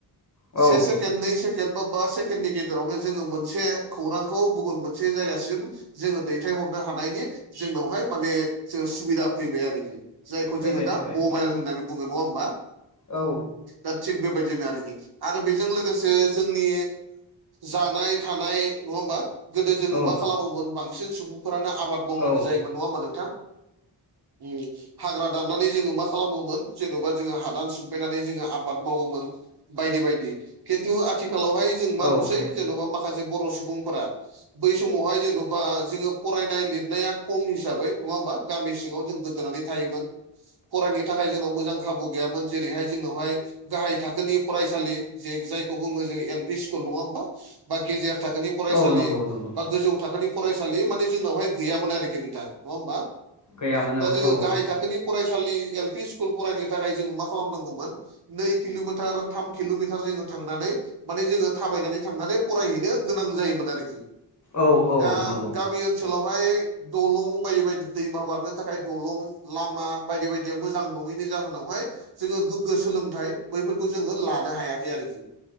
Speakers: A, on the left; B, on the right.
A: औ
B: से से सेकेण्ड, नै सेकेण्ड, बा बा सेकेण्डनि गेजेरावनो जोङो मोनसे खौरांखौ गुबुन मोनसे जायगासिम जोङो दैथायहरनो हानायनि जोंनावहाय माने जोङो सुबिदा फैबाय आरोखि जायखौ
A: फैबाय
B: जोङो दा
A: फैबाय
B: मबाइल होननानै बुङो नङा होमबा?
A: औ।
B: दा थिग बेबायदिनो आरोखि आरो बेजों लोगोसे जोंनि जानाय थानाय नङा होमबा? गोदो जोङो
A: औ
B: मा खालामोमोन, बांसिन सुबुंफोरानो आबाद मावनानै
A: औ
B: जायोमोन नङा होमबा नोंथां? उम। हाग्रा दाननानै जोङो मा खालामोमोन जेन'बा जोङो हादान सिमफायनानै जोङो आबाद मावोमोन बायदि बायदि। खिन्थु आथिखालावहाय जों मा
A: औ
B: नुसै जेन'बा माखासे बर' सुबुंफोरा बै समावहाय जेन'बा जोङो फरायनाय लिरनाया खम हिसाबै नङा होमबा? गामि सिङाव जों गोदोनानै थायोमोन फरायनो थाखाय जोंनाव मोजां खाबु गैयामोन। जेरैहाय जोंनावहाय गाहाय थाखोनि फरायसालि जे जायखौ बुङो जों एल पि स्कुल नङा होमबा? बा गेजेर थाखोनि फरायसालि
A: औ नंगौ नंगौ
B: बा गोजौ थाखोनि फरायसालि मानि जोंनावहाय गैयामोन आरोखि नोंथां नङा होमबा?
A: गैयामोन औ
B: दा जोङो
A: औ
B: गाहाय थाखोनि फरायसालि एल पि स्कुल फरायनो थाखाय जों मा खालामनांगौमोन? नै किल'मिटार थाम किल'मिटार जोङो थांनानै माने जोङो थाबायनानै थांनानै फरायहैनो गोनां जायोमोन आरोखि।
A: औ औ
B: दा
A: नंगौ
B: गामि ओन सोलावहाय दलं बायदि बायदि दैमा बारनो थाखाय दलं लामा बायदि बायदिया मोजां नङैनि जाहोनावहाय जोङो गोग्गो सोलोंथाइ बैफोरखौ जोङो लानो हायाखै आरोखि